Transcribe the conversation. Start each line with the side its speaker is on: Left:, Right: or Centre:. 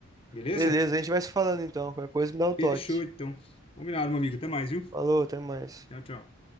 Left: Beleza?
Right: Beleza, a gente vai se falando então. Qualquer coisa me dá um toque.
Left: Fechou, então. Combinado, meu amigo. Até mais, viu?
Right: Falou, até mais.
Left: Tchau, tchau.